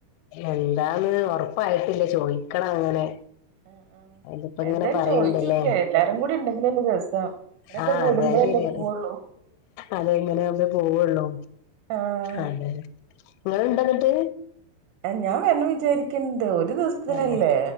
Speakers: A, on the left; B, on the right.
A: എന്താന്ന് ഒറപ്പായിട്ടില്ല ചോദിക്കണം അങ്ങനെ
B: ആ ആ
A: അതിപ്പോ ഇങ്ങനെ
B: എന്തായാലും
A: പറയ്ണ്ടല്ലേ
B: ചോദിച്ച് നോക്ക് എല്ലാരു കൂടി ഇണ്ടെങ്കിലല്ലേ രസം ഇങ്ങനൊക്കെ
A: ആഹ്
B: കൂടുമ്പോഴല്ലേ
A: അത് ശരിയാണ്
B: പോവുള്ളൂ
A: അത് അങ്ങനെ ഒക്കെ പോവുള്ളൂ
B: ആഹ്
A: അതെ ഇങ്ങള് ഒണ്ടോ എന്നിട്ട്
B: ഞാൻ വരണോ വിചാരിക്കുന്നുണ്ട് ഒരു ദെവസ ത്തിനല്ലേ
A: തന്നെ